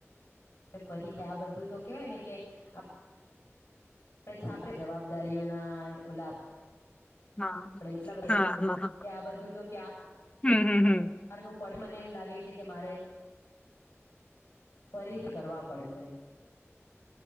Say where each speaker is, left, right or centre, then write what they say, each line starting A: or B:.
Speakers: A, on the left; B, on the left.
A: વે ફરી જ, આ બધું તો કેહેવાય ને કે આપ પ્રે છાપરે જવાબદારીઓના ઓલા આપડે
B: હા
A: એટલા બ કે
B: હા હા
A: કે આ બધું તો ક્યા
B: હમ, હમ, હમ.
A: <unintelligible> નું પડ. એ મને એમ લાગે છે કે મારે ફરીથી કરવા પડશે.